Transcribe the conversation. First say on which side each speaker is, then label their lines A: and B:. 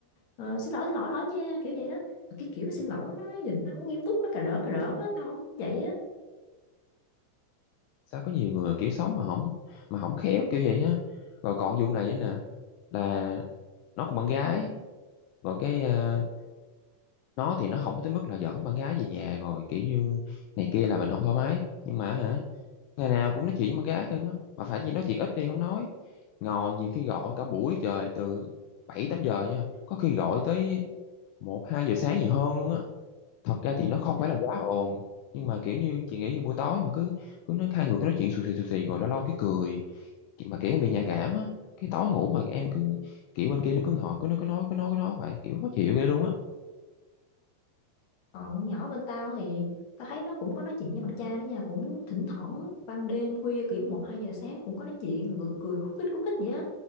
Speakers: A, on the left; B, on the left.
A: ờ, xin lỗi xin lỗi lỗi nha kiểu vậy đó Mà cái kiểu nó xin
B: ừ.
A: lỗi nó nhìn nó không nghiêm túc nó cà rỡn cà rỡn á tao không thích vậy
B: sao có nhiều người kiểu sống mà không mà không khéo kiểu vậy á rồi còn vụ này nữa nè là nó còn bạn gái rồi cái ờ, nó thì nó không tới mức là dẫn bạn gái về nhà rồi kiểu như này kia là mình không thoải mái nhưng mà hả ngày nào cũng nói chuyện với con gái chân á mà phải gì nói chuyện ít đi không nói ngồi nhiều khi gọi cả buổi trời từ 7 8 giờ nha có khi gọi tới một 2 giờ sáng gì hơn luôn á thật ra thì nó
A: á
B: không phải là quá ồn nhưng mà kiểu như chị nghĩ về buổi tối mà cứ cứ nói hai người cứ nói chuyện xù xì xù xì rồi lâu lâu cái cười Chị- mà kiểu em bị nhạy cảm á cái tối ngủ mà em cứ kiểu bên kia nó cứ ngồi cứ nó cứ nói cứ nói cứ nói vậy kiểu khó chịu ghê luôn á
A: còn nhỏ bên tao thì tao thấy nó cũng có nói chuyện với bạn trai đó nha cũng thỉnh thoảng ban đêm khuya kiểu một hai giờ sáng cũng có nói chuyện rồi cười, cười khúc khích khúc khích vậy á